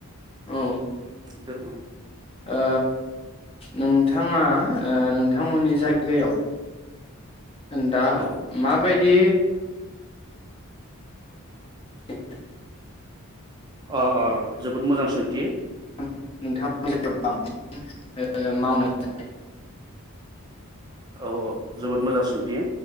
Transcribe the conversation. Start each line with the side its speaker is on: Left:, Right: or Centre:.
Left: औ
Right: दङ
Left: ओ नोंथाङा ओ नोंथांमोननि जायगायाव दा
Right: औ
Left: माबाय बि <unintelligible>
Right: अ अ जोबोद मोजां सोंथि
Left: <unintelligible>
Right: औ औ जोबोद मोजां सोंथि